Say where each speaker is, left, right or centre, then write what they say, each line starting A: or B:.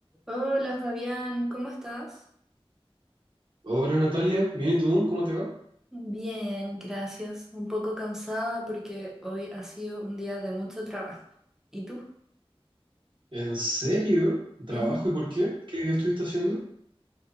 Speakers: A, in the centre; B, on the right.
A: Hola Fabián, ¿cómo estás?
B: Hola Natalia, ¿bien y tú? ¿Cómo te va?
A: Bien, gracias. Un poco cansada porque hoy ha sido un día de mucho trabajo. ¿Y tú?
B: ¿En serio? ¿Trabajo
A: Ujú.
B: y por qué? ¿Qué, estuviste haciendo?